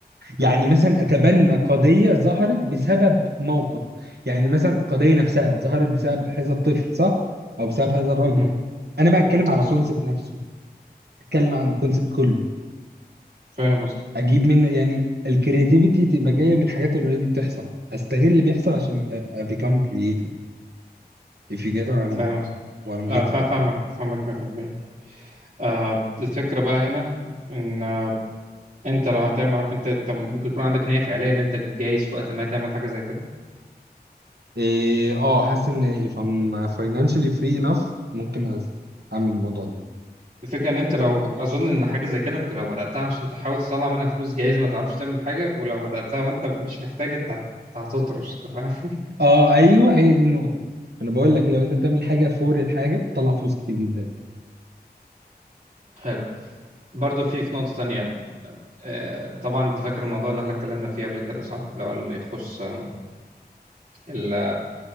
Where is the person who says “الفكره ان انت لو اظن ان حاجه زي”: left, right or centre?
Right